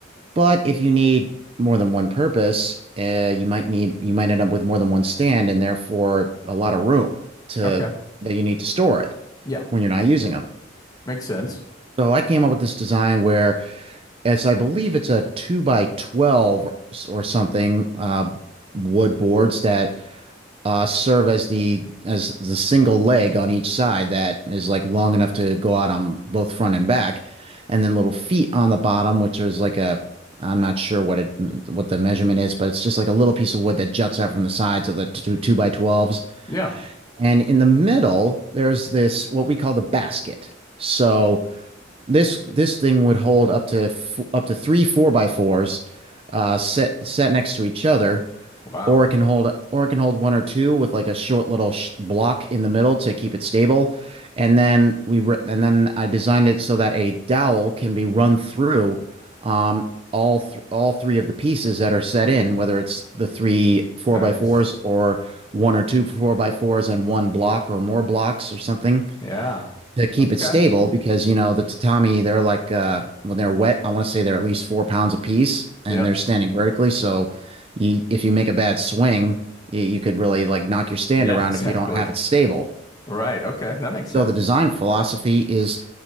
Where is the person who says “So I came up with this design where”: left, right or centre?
Right